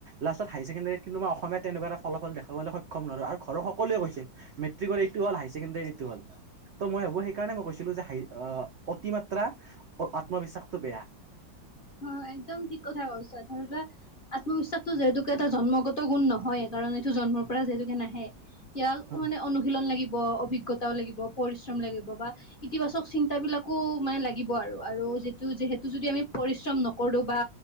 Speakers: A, on the right; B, on the left.
A: লাষ্টত হাইয়াৰ ছেকেণ্ডাৰীত কিন্তু মই অসমীয়া তেনেুৱা এটা ফলাফল দেখাবলৈ সক্ষম হলো। আৰু ঘৰৰ সকলোৱে কৈছে। মেট্ৰিকৰ এইটো হল। হাই ছেকেডাৰী এইটো হ'ল। ত মই ভাবো সেইকাৰণে মই কৈছিলো যে আহ অতিমাত্ৰা আত্মবিশ্বাসটো বেয়া।
B: উম। অ একদম ঠিক কথা কৈছা। ধৰি লোৱা আত্মবিশ্বাসো যিহেতুকে এটা জন্মগত গুণ নহয় কাৰণ। জন্মৰ পৰা যিহেতুকে নাহে ইয়াক
A: বেয়া
B: মানে অনুশীলন লাগিব। অভিজ্ঞতাও লাগিব পৰিশ্ৰম লাগিব বা ইতিবাচক চিন্তা বিলাকো মানে লাগিব আৰু। আৰু যিটো যিহেতটো যদি আমি। পৰিশ্ৰম নকৰো বা